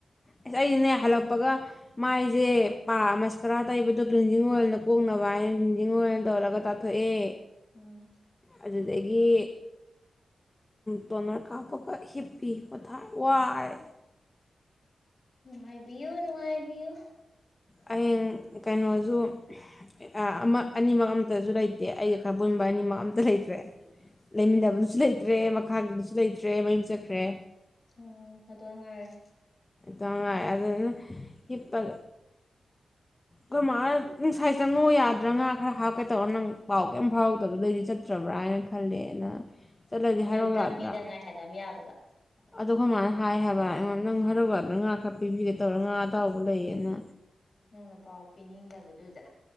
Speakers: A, on the left; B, on the left.
A: ꯑꯁ ꯑꯩꯁꯅꯦ ꯍꯜꯂꯛꯄꯒ ꯃꯥꯏꯁꯦ ꯄꯥꯃꯁ ꯈꯔꯥ ꯑ ꯇꯩꯕꯗꯣ ꯭ꯂꯤꯟꯖꯤꯡ ꯑꯣꯏꯜꯅ ꯀꯣꯛꯅꯕ ꯍꯥꯏꯅ ꯒ꯭ꯂꯤꯟꯖꯤꯡ ꯑꯣꯏꯜ ꯇꯧꯔꯒ ꯇꯥꯊꯣꯛꯑꯦ
B: ꯎꯝ
A: ꯑꯗꯨꯗꯒꯤ ꯇꯣꯅꯔ ꯀꯥꯞꯄꯒ ꯍꯤꯞꯄꯤꯤꯞ ꯄ ꯊꯥꯏ ꯋꯥꯏ
B: ꯅꯨꯡꯉꯥꯏꯕꯤꯌꯨ ꯅꯨꯡꯉꯥꯏꯕꯤꯌꯨ
A: ꯑ ꯀ <unintelligible> <unintelligible> ꯁꯨ ꯂꯩꯇꯦ ꯑꯩ ꯈꯟꯕꯅꯤꯃ ꯑꯝ ꯇꯔ ꯂꯩꯗ꯭ꯔꯦ ꯂꯩꯃꯤꯗꯥꯕꯨꯁ
B: ꯎꯝ
A: ꯂꯩ ꯇ꯭ꯔꯦ ꯃꯈꯥꯒꯤꯗꯨꯁꯨ ꯂꯩꯇ꯭ꯔꯦ ꯃꯌꯨꯝ ꯆꯠꯈ꯭ꯔꯦ
B: ꯎꯝ ꯅꯠꯇ ꯉꯥꯏꯔꯦ
A: ꯇ ꯑꯗ ꯏꯄꯜ ꯀꯃꯥꯏ ꯉꯅꯨꯡꯁꯥꯏ ꯆꯪꯉꯧ ꯌꯥꯗ꯭ꯔꯥ ꯉꯥ ꯈꯔ ꯍꯥꯞꯀꯦ ꯇꯧꯔ ꯅꯪ ꯄꯥꯎ ꯀꯩꯝ ꯐꯥꯎꯔꯗꯕꯗꯩꯗꯤ ꯆꯠꯇ꯭ꯔꯕ꯭ꯔꯥ ꯍꯥꯏꯅ ꯈꯜꯂꯦꯅ ꯆꯠꯂꯗꯤ
B: ꯑꯗꯨ
A: ꯍꯥꯏꯔꯧ ꯌꯥꯗ꯭ꯔꯥ
B: ꯂꯝꯕꯤꯗ ꯉꯥꯏꯍꯜꯂꯝ ꯌꯥꯕꯗꯣ
A: ꯑꯗꯣ ꯑꯩꯈꯣꯏ ꯃꯥꯅ ꯍꯥꯏꯕ ꯑꯩꯉꯣꯟꯗ ꯅꯪ ꯍ ꯔꯧꯒꯔꯅꯉ ꯈ ꯇꯤꯕꯤꯒ ꯇꯧꯔꯒ ꯉꯥ ꯑꯇꯥꯎꯕ ꯂꯩꯌꯦꯅ
B: ꯅꯪꯅ ꯄꯥꯎ ꯄꯤꯅꯤꯡꯗꯕꯗꯨꯗ